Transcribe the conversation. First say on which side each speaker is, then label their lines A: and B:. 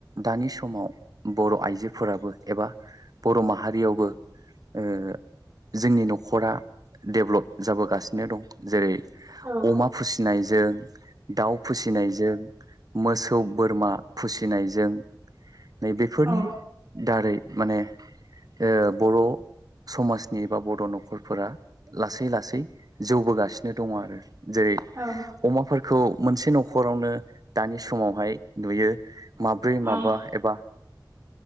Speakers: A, on the right; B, on the right.
A: दानि समाव बर' आइजोफोराबो एबा बर' माहारियावबो ओ जोंनि न'खरा डेभ्लप जाबोगासिनो दं जेरै
B: औ
A: अमा फोसिनायजों दाउ फोसिनायजों मोसौ बोरमा फोसिनायजों नैबेफोरनि
B: औ
A: दारै माने ओ बर' समाजनि बा बर' न'खरफोरा लासै लासै जौबोगासिनो दङ आरो जेरै
B: औ
A: अमाफोरखौ मोनसे न'खरावनो दानि समावहाय नुयो माब्रै
B: औ
A: माबा एबा